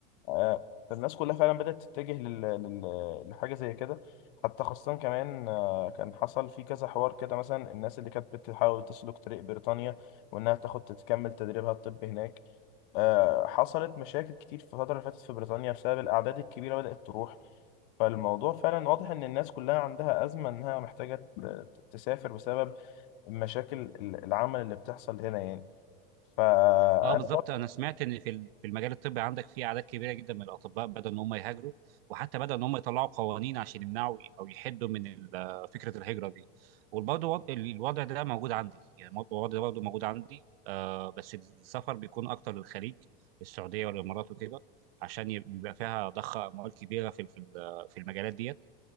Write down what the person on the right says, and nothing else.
اه بالظبط انا سمعت ان في ال- في المجال الطبي عندك في اعداد كبيره جدا من الاطباء بدأوا ان هم يهاجروا وحتى بدأوا ان هم يطلعوا قوانين عشان يمنعوا او يحدوا من ال- فكره الهجره دي وبرضه وض- ال- الوضع ده موجود عندي يعني مو- الوضع ده برضه موجود عندي آه بس السفر بيكون اكتر للخليج السعوديه والامارات وكده عشان يب- بيبقى فيها ضخ اموال كبيره في ال- في ال- في المجالات ديت